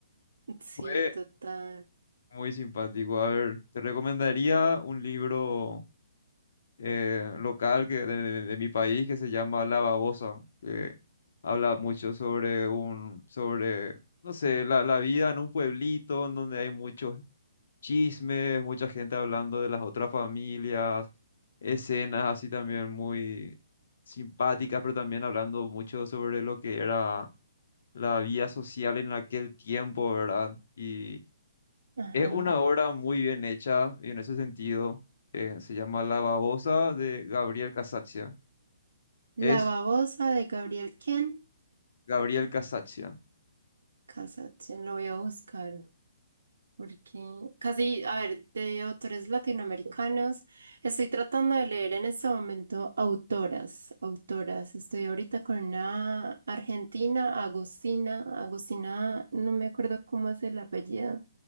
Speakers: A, on the right; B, on the left.
A: sí,
B: Fue
A: total.
B: muy simpático. A ver, te recomendaría un libro eh, local que de, de- de mi país que se llama La Babosa, que habla mucho sobre un, sobre, no sé, la, la vida en un pueblito en donde hay muchos chismes, mucha gente hablando de las otras familias, escenas así también muy simpáticas, pero también hablando mucho sobre lo que era la vida social en aquel tiempo, ¿verdad? Y
A: Ajá.
B: Es una obra muy bien hecha y en ese sentido eh, se llama La babosa de Gabriel Casaccia.
A: La
B: Es
A: babosa de Gabriel, ¿quién?
B: Gabriel Casaccia.
A: Cassatt, lo voy a buscar. Porque casi, a ver, de autores latinoamericanos, estoy tratando de leer en este momento autoras, autoras. Estoy ahorita con una argentina, Agustina, Agustina, no me acuerdo cómo es el apellido,